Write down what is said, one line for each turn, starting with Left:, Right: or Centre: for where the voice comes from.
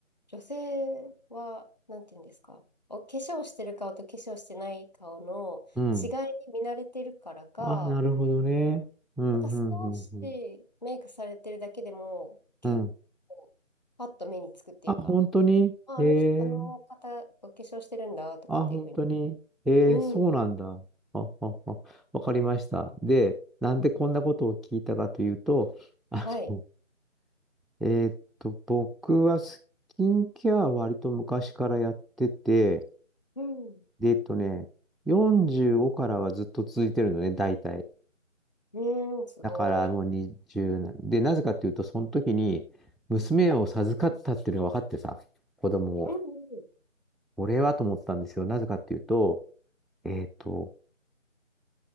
Left: 女性は、なんていうんですか。お、化粧してる顔と化粧してない顔の違いに見慣れてるからか、
Centre: うん。あ、なるほどね。うん、
Left: なんか少し
Centre: うん、うん、うん。
Left: メイクされてるだけでも、結構パッと目につくっていうか、
Centre: うんあ、本当にえ
Left: あ、あの人、あの方、
Centre: え
Left: お化粧してるんだとかっていうふうに。
Centre: あ、本当にええそうなんだ。
Left: うん、
Centre: あ、あ、あ、わかりました。で、なんでこんなことを聞いたかというと、あの、
Left: はい。
Centre: えーっと、僕はスキンケアは割と昔からやってて、
Left: うん、
Centre: で、えっとね、45からはずっと続いてるのね、大体。
Left: うん、すごい。
Centre: だからもう20なんで、なぜかっていうと、その時に娘を授かったっていうのが分かってさ、子供を。
Left: うん、うん、
Centre: 俺はと思ったんですよ。なぜかっていうと、えっと、